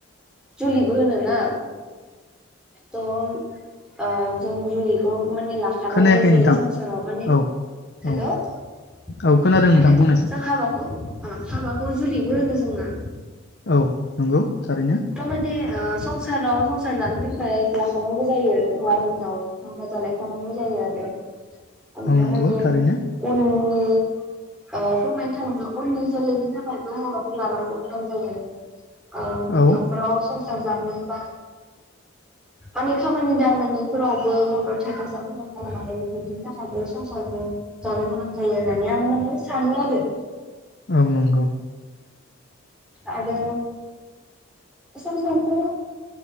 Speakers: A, in the centre; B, on the left (about 55°).
A: जुलिबो होनोना त' ओ जों जुलिखौ माने लाखानांगौ
B: खोनायाखै
A: जायो
B: नोंथां
A: संसाराव माने
B: औ
A: हेलौ
B: औ
A: माने
B: औ खोनादों नोंथां बुंनायसै
A: जों हाबाखौ अ हाबाखौ जुलिबो होनो जोना
B: औ नंगौ थारैनो
A: माने ओ संसाराव संसार जानो था खाय लाखानांगौ जायो हौवा हिनजाव हाबा जालायखानांगौ जायो आरो ओमफ्राय
B: औ नंगौ
A: माने
B: थारैनो
A: उन अ ओ फोरमायनो थाङोब्ला उननि जोलैनि थाखायबो हाबाखौ लालांनो गोनां जायो। ओ
B: औ
A: नख'राव सं सार जानो बा माने खामानि दामानिफोरावबो मदद हेफाजाब गोनां जानाय बेफोरदिनि थाखायबो संसारखौ जानो गोनां जायो होननानै आं माने सानो आरो।
B: औ नंगौ
A: आरो संसारखौ